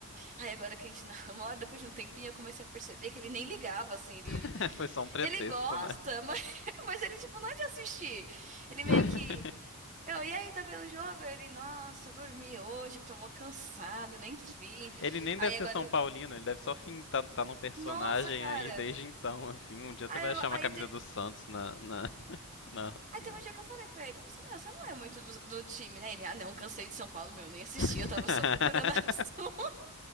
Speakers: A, on the right (about 35°); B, on the left (about 55°).
A: Aí agora que a gente <laughs> namora, depois de um tempinho, eu comecei a perceber que ele nem ligava, assim. Ele
B: <laughs> Foi só um pretexto,
A: ele gosta,
B: né?
A: mas, <laughs> mas ele, tipo, não é de assistir. Ele
B: <laughs>
A: meio que. Eu, e aí, tá vendo o jogo? Ele, nossa, eu dormi hoje, que tô mó cansado, nem vi.
B: Ele nem
A: Aí
B: deve
A: agora,
B: ser São Paulino, ele deve só fim, tá, tá num personagem
A: nossa, cara.
B: aí desde então, assim. Um dia
A: Aí,
B: você vai
A: eu-
B: achar uma
A: aí
B: camisa
A: teve.
B: do Santos na. na. na.
A: Aí
B: na...
A: teve um dia que eu falei pra ele, eu falei assim, meu, você não é muito do, do time, né? Ele, ah, não, cansei de São Paulo, meu, nem assisti,
B: <laughs>
A: eu tava só procurando a ação. <laughs>